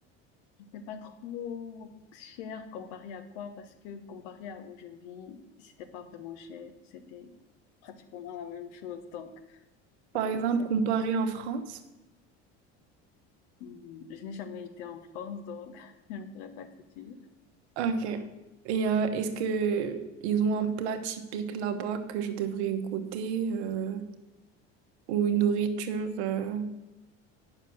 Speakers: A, on the left; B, on the right.
A: Je sais pas trop cher comparé à quoi, parce que comparé à où je vis, c'était pas vraiment cher, c'était pratiquement la même chose. Donc,
B: par
A: je
B: exemple
A: ne sais,
B: comparer en France?
A: Hmm, je n'ai jamais été en France, donc <laughs> je ne pourrais pas te dire.
B: Ok. Et euh, est-ce que ils ont un plat typique là-bas que je devrais goûter euh, ou une nourriture euh,